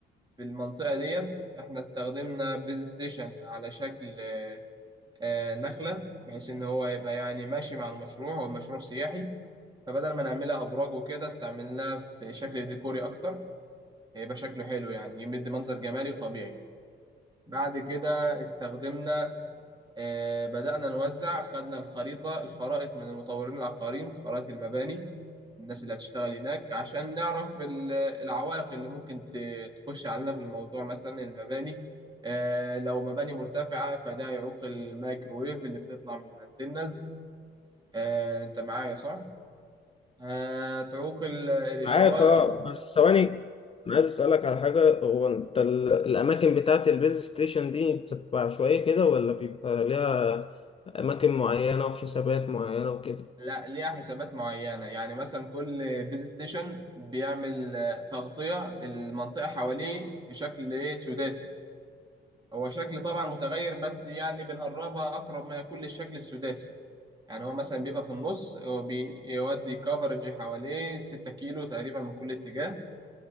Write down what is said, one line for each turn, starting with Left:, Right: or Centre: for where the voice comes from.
Right: في المنطقة ديت احنا استخدمنا بيز ستيشن على شكل آه، آه، نخلة بحيث ان هو يبقى يعني ماشي مع المشروع هو مشروع سياحي فبدل ما نعملها ابراج وكده استعملناها في شكل ديكوري اكتر هيبقى شكله حلو يعني يمد منظر جمالي وطبيعي بعد كده استخدمنا آه، بدأنا نوزع خدنا الخريطة الخرائط من المطورين العقاريين خرائط المباني الناس اللي هتشتغل هناك عشان نعرف ال- العوائق اللي ممكن ت- تخش علينا في الموضوع مثلا المباني آه، لو مباني مرتفعة فده يعوق الميكروويف اللي بتطلع من الانتنز آه، انت معايا صح؟ هتعوق ال- الإشارات
Left: معاك اه بس ثواني انا عايز اسالك على حاجه هو انت ال- الاماكن بتاعه البيز ستيشن دي بتبقى عشوائيه كده ولا بيبقى ليها اماكن معينه وحسابات معينه وكده
Right: لا ليها حسابات معينة يعني مثلا كل بيز ستيشن بيعمل آه، تغطية للمنطقة حواليه في شكل إيه؟ سداسي هو شكل طبعا متغير بس يعني بنقربها أقرب ما يكون للشكل السداسي يعني هو مثلا بيبقى في النص هو بيودي كفرج حواليه 6 كيلو تقريبا من كل اتجاه